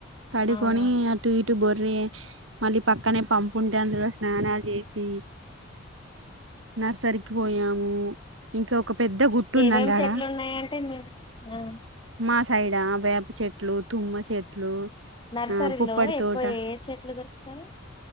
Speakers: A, on the right (about 80°); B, on the left (about 25°).
A: పడుకొని
B: అవునా
A: అటు ఇటు బొర్ర్రి మళ్ళీ పక్కనే పంపు ఉంటే అందులో స్నానాలు చే సి నర్సరీకి పోయాము ఇంకా ఒక పెద్ద గుట్టు ఉందండి
B: ఏమేమి చెట్లు
A: అడా
B: ఉన్నాయంటే మీరు
A: మా సైడా వేప చెట్లు, తుమ్మ చెట్లు
B: నర్సరీలో
A: ఆ పుప్పడి
B: ఎక్కువ
A: తోట
B: ఏ చెట్లు దొరుకుతాయి